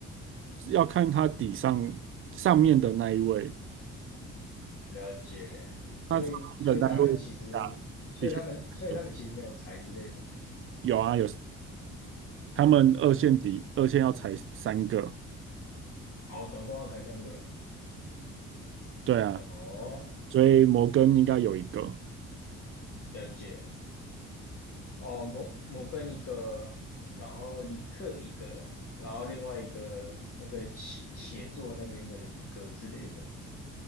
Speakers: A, on the right; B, on the left.
A: 要看它底上上面的那一位，
B: 了解。
A: 它上面的那一位啊，
B: 所以所以他们其实，所以他们所以他们其实没有裁之类的。
A: 底下有有啊有，他们二线底二线要踩三个，
B: 哦，总共要裁三个。
A: 对啊，
B: 哦，
A: 所以摩根应该有一个，
B: 了解。哦，摩摩根一个，然后理克一个，然后另外一个那个写写作那边可能一个之类的，